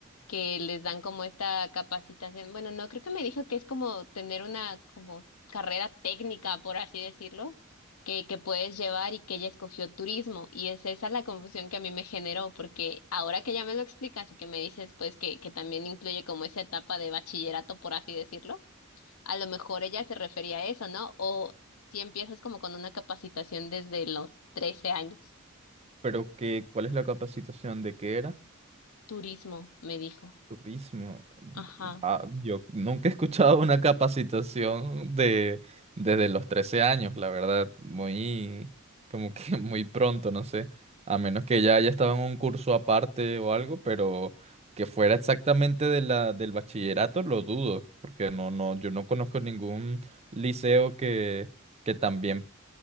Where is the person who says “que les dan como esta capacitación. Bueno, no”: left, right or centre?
Left